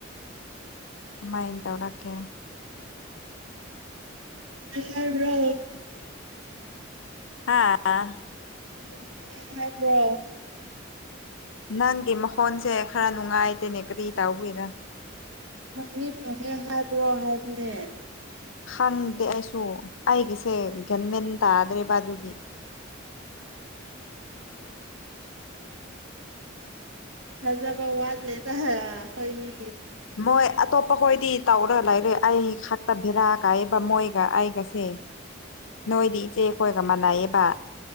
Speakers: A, on the left; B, on the right.
A: ꯀꯃꯥꯏꯅ ꯇꯧꯔꯛꯀꯦ
B: ꯌꯥꯕ꯭ꯔꯣ
A: ꯍꯥꯥ
B: ꯐ ꯍꯥꯏꯕ꯭ꯔꯣ
A: ꯅꯪꯒꯤ ꯃꯈꯣꯟꯁꯦ ꯈꯔ ꯅꯨꯡꯉꯥꯏꯗꯦꯅꯦ ꯀꯔꯤ ꯇꯥꯎꯕꯤꯔꯥ
B: ꯐꯪꯅꯤ ꯐꯪꯉꯦ ꯍꯥꯏꯕ꯭ꯔꯣ ꯍꯥꯏꯕꯅꯦ
A: ꯍꯪꯗꯦ ꯑꯩꯁꯨ ꯑꯩꯒꯤꯁꯦ ꯒꯦꯟꯃꯦꯟ ꯇꯥꯗ꯭ꯔꯦ ꯕ ꯑꯗꯨꯒꯤ
B: ꯍꯖꯕ ꯋꯥꯗ ꯂꯩꯇꯥ ꯍ ꯍꯣꯏꯅꯤ
A: ꯃꯣꯏ ꯑꯇꯣꯞꯄ ꯍꯣꯏꯗꯤ ꯇꯧꯔ ꯂꯥꯏꯛꯦ ꯑꯩ ꯈꯛꯇ ꯚꯦꯔꯥ ꯀꯥꯏꯑꯕ ꯃꯣꯏꯒ ꯑꯩꯒꯁꯦ ꯅꯣꯏꯗꯤ ꯏꯆꯦꯈꯣꯏꯒ ꯃꯥꯟꯅꯩꯌꯦꯕ